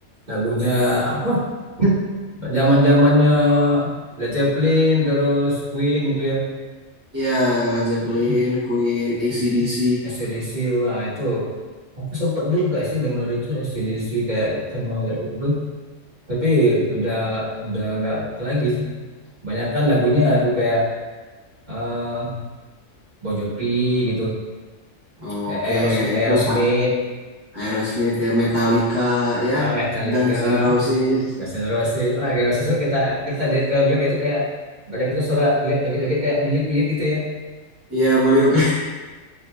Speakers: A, on the right (about 35°); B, on the right (about 20°).
A: lagunya apa? <clears throat> <laughs> Zaman-zamannya Led Zeppelin terus Queen gitu ya.
B: ya Led Zeppelin,
A: Mm-mm.
B: Queen, AC/DC.
A: Mm-mm. AC/DC wah itu aku sempet juga sih denger itu AC/DC kayak sama kayak itu tuh. Tapi udah udah nggak itu lagi sih. Kebanyakan lagunya lagu kayak eh Bon Jovi gitu,
B: Oke,
A: eh, Aeros- Aerosmith,
B: itu Pak Aerosmith ya, Metallica ya,
A: eh, Metallica
B: Guns N' Roses.
A: Gas generasi, Wah, generasi itu kita kita di, kalau ngeliat dia itu kayak badan kita suara juga joget-joget kayak meliuk-liuk gitu ya.
B: Iya, meliuk.